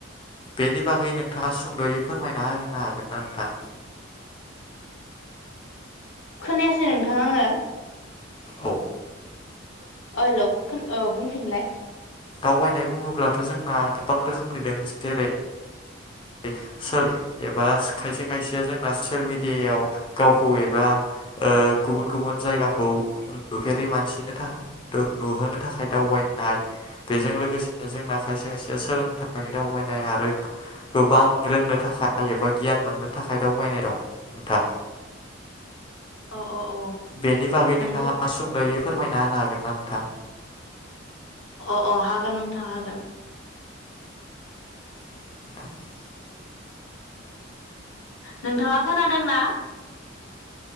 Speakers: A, on the left; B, on the left.
A: बेनि बागै नोंथांङा सुंदयै फोरमायना होनो हागोन ना नोंथां?
B: खोनायासै नों <unintelligible>
A: औ
B: ओ हेलौ खोन‌ ओ बुंफिनलाय।
A: दावबायनाय बुङोब्लाथ जोंना गोबां रोखोमनि दों जेरै <unintelligible> एबा खायसे खायसेया जोंना ससियेल मिडियायाव गावखौ एबा ओ गुबुन गुबुन जायगाखौ नुफेरै मानसिनो थाखा नुहोनो थाखाय दावबायनाय बेजों लोगोसे जोंना खायसे खायसेया सोलोंथाइनि दावबायनाय आरो गोबां रोंनो थाखाय एबा गियान मोननो थाखाय दावबायनाय दं नोंथां।
B: औ औ औ
A: बेनि बागै
B: नंगौ
A: नोंथांङा सुंदयै फोरमायना होनो हागोन ना नोंथां?
B: अ अ हागोन नों थां हागोन
A: <unintelligible>
B: नोंथांङा खोनादोंना?